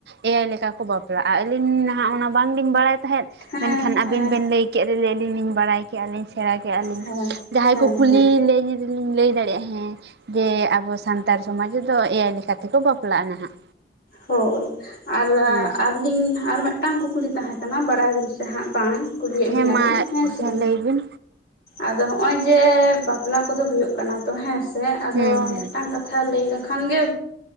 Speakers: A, on the right; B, on the left.
A: ᱮᱭᱟᱭ ᱞᱮᱠᱟ ᱠᱚ ᱵᱟᱯᱞᱟᱜᱼᱟ᱾ ᱟᱹᱞᱤᱧ ᱱᱟᱦᱟᱜ ᱚᱱᱟ ᱵᱟᱝᱞᱤᱧ ᱵᱟᱲᱟᱭ ᱛᱟᱦᱮᱸᱫ,
B: ᱦᱮᱸ
A: ᱢᱮᱱᱠᱷᱟᱱ ᱟᱹᱵᱤᱱ
B: ᱦᱮᱸ
A: ᱵᱮᱱ ᱞᱟᱹᱭ ᱠᱮᱫ ᱞᱮᱨᱮ ᱵᱟᱲᱟᱭ ᱠᱮᱫᱼᱟᱞᱤᱧ ᱥᱮᱬᱟ ᱠᱮᱜᱼᱟᱞᱤᱧ
B: ᱦᱮᱸ
A: ᱡᱟᱦᱟᱸᱭ
B: ᱦᱮᱸ
A: ᱠᱚ ᱠᱩᱞᱤ
B: ᱦᱮᱸ
A: ᱞᱤᱧ ᱡᱚᱫᱤᱧ ᱞᱟᱹᱭ ᱫᱟᱲᱮᱭᱟᱜᱼᱟ ᱦᱮᱸ ᱡᱮ ᱟᱵᱚ ᱥᱟᱱᱛᱟᱲ ᱥᱚᱢᱟᱡᱽ ᱨᱮᱫᱚ ᱮᱭᱟᱭ ᱞᱮᱠᱟ ᱛᱮᱠᱚ ᱵᱟᱯᱞᱟᱜᱼᱟ ᱱᱟᱦᱟᱜ
B: ᱦᱳᱭ ᱟᱨ
A: ᱦᱮᱸ
B: ᱟᱹᱞᱤᱧ ᱟᱨ ᱢᱤᱫᱴᱟᱝ ᱠᱩᱠᱞᱤ ᱛᱟᱦᱮᱸ ᱠᱟᱱᱟ, ᱵᱟᱲᱟᱭᱟ ᱵᱤᱱ ᱥᱮ ᱦᱟᱸᱜ ᱵᱟᱝ ᱠᱩᱞᱤᱭᱮᱫ
A: ᱦᱮᱸ
B: ᱵᱤᱱᱟᱞᱤᱧ
A: ᱢᱟ
B: ᱦᱮᱸᱥᱮ
A: ᱦᱮᱸ ᱞᱟᱹᱭ ᱵᱤᱱ
B: ᱟᱫᱚ ᱦᱚᱸᱜᱼᱚᱭ ᱡᱮ ᱵᱟᱯᱞᱟ ᱠᱚᱫᱚ ᱦᱩᱭᱩᱜ ᱠᱟᱱᱟ ᱛᱚ, ᱦᱮᱸᱥᱮ ᱟᱫᱚ
A: ᱦᱩᱸ ᱦᱩᱸ
B: ᱢᱤᱫᱴᱟᱝ ᱠᱟᱛᱷᱟ ᱠᱟᱛᱷᱟ ᱞᱟᱹᱭ ᱞᱮᱠᱷᱟᱱ ᱜᱮ